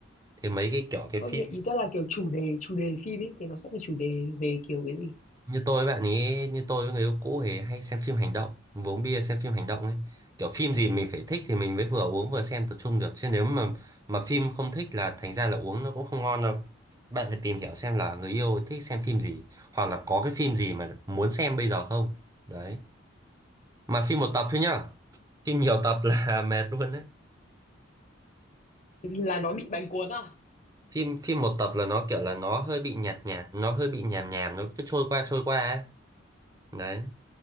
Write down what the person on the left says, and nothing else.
không
ý tôi là kiểu chủ đề chủ đề phim ấy thì nó sẽ là chủ đề về kiểu cái gì
là nó bị bánh cuốn à